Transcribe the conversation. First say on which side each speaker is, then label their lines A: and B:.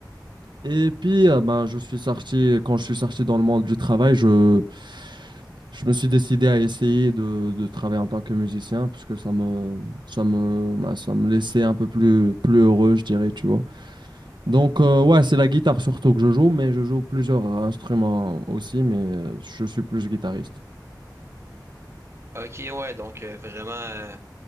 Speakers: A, on the right; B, on the right.
A: Et puis, euh, ben, je suis sorti, quand je suis sorti dans le monde du travail, je, je me suis décidé à essayer de, de travailler en tant que musicien, parce que ça me, ça me, ben, ça me laissait un peu plus, plus heureux, je dirais, tu vois. Donc, euh, ouais, c'est la guitare surtout que je joue, mais je joue plusieurs instruments aussi, mais euh, je suis plus guitariste.
B: Ok, ouais, donc euh, vraiment, euh,